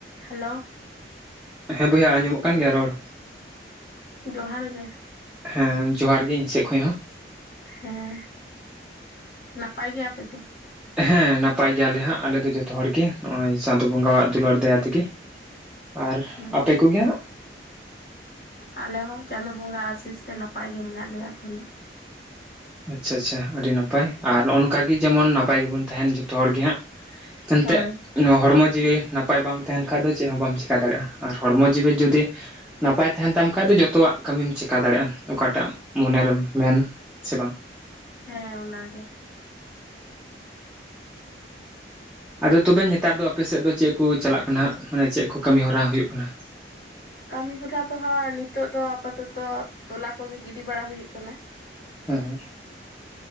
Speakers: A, on the left (about 50°); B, in the centre.
A: Hello
B: ᱦᱮᱸ ᱵᱚᱭᱦᱟ ᱟᱸᱡᱚᱢᱚᱜ ᱠᱟᱱ ᱜᱮᱭᱟ ᱨᱚᱲ
A: ᱡᱚᱦᱟᱨ ᱜᱮ
B: ᱦᱮᱸ ᱡᱚᱦᱟᱨ ᱜᱮ ᱤᱧ ᱥᱮᱫ ᱠᱷᱚᱱ ᱦᱚᱸ
A: ᱦᱮᱸ ᱱᱟᱯᱟᱭ ᱜᱮᱭᱟᱯᱮ ᱛᱚ
B: ᱦᱮᱸ ᱱᱟᱯᱟᱭ ᱜᱮᱭᱟᱞᱮ ᱦᱟᱸᱜ ᱟᱞᱮ ᱫᱚ ᱡᱚᱛᱚ ᱦᱚᱲᱜᱮ ᱱᱚᱜ-ᱚᱭ ᱪᱟᱸᱫᱚ ᱵᱚᱸᱜᱟᱣᱟᱜ ᱫᱩᱞᱟᱹᱲ ᱫᱟᱭᱟ ᱛᱮᱜᱮ ᱟᱨ
A: ᱦᱮᱸ
B: ᱟᱯᱮ ᱠᱚᱜᱮ ᱦᱟᱸᱜ
A: ᱟᱞᱮ ᱦᱚᱸ ᱪᱟᱸᱫᱳ ᱵᱚᱸᱜᱟ ᱟᱥᱤᱥ ᱛᱮ ᱱᱟᱯᱟᱭ ᱜᱮ ᱢᱮᱱᱟᱜ ᱞᱮᱭᱟ ᱮᱠᱷᱚᱱ ᱫᱚ
B: ᱟᱪᱪᱷᱟ ᱟᱪᱪᱷᱟ ᱟᱹᱰᱤ ᱱᱟᱯᱟᱭ ᱟᱨ ᱱᱚᱜ-ᱚᱭ ᱱᱚᱝᱠᱟᱜ ᱜᱮ ᱡᱮᱢᱚᱱ ᱱᱟᱯᱟᱭ ᱜᱮᱵᱚᱱ ᱛᱟᱦᱮᱱ ᱡᱚᱛᱚ ᱦᱚᱲ ᱜᱮ ᱦᱟᱸᱜ ᱮᱱᱛᱮᱫ
A: ᱦᱳᱭ
B: ᱱᱚᱣᱟ ᱦᱚᱲᱢᱚ ᱡᱤᱣᱤ ᱱᱟᱯᱟᱭ ᱵᱟᱝ ᱛᱟᱦᱮᱱ ᱠᱷᱟᱡ ᱫᱚ ᱪᱮᱫ ᱦᱚᱸ ᱵᱟᱢ ᱪᱮᱠᱟ ᱫᱟᱲᱮᱭᱟᱜ-ᱟ ᱟᱨ ᱦᱚᱲᱢᱚ ᱡᱤᱣᱤ ᱡᱩᱫᱤ ᱱᱟᱯᱟᱭ ᱛᱟᱦᱮᱱ ᱛᱟᱢ ᱠᱷᱟᱡ ᱫᱚ ᱡᱚᱛᱚᱣᱟᱜ ᱠᱟᱹᱢᱤᱢ ᱪᱮᱠᱟ ᱫᱟᱲᱮᱭᱟᱜ-ᱟ ᱚᱠᱟᱴᱟᱜ ᱢᱚᱱᱮᱨᱮᱢ ᱢᱮᱱ ᱥᱮ ᱵᱟᱝ
A: ᱦᱮᱸ ᱚᱱᱟᱜᱮ
B: ᱟᱫᱚ ᱛᱚᱵᱮ ᱱᱮᱛᱟᱨ ᱫᱚ ᱟᱯᱮᱥᱮᱫ ᱫᱚ ᱪᱮᱫ ᱠᱚ ᱪᱟᱞᱟᱜ ᱠᱟᱱᱟ ᱦᱟᱸᱜ ᱢᱟᱱᱮ ᱪᱮᱫ ᱠᱚ ᱠᱟᱹᱢᱤᱦᱚᱨᱟ ᱦᱩᱭᱩᱜ ᱠᱟᱱᱟ
A: ᱠᱟᱹᱢᱤ ᱦᱚᱨᱟ ᱫᱚ ᱦᱟᱸᱜ ᱱᱤᱛᱚᱜ ᱫᱚ ᱟᱯᱟᱛᱚᱛᱚ ᱴᱚᱞᱟ ᱠᱚᱜᱮ ᱜᱤᱰᱤ ᱵᱟᱲᱟ ᱦᱩᱭᱩᱜ ᱠᱟᱱᱟ
B: ᱦᱮᱸ ᱦᱮᱸ